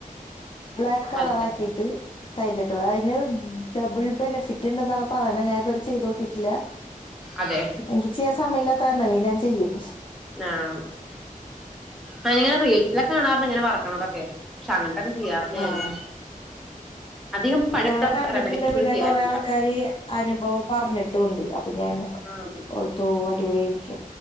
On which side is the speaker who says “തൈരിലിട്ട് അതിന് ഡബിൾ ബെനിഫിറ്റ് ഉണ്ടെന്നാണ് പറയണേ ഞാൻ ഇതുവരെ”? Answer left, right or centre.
Left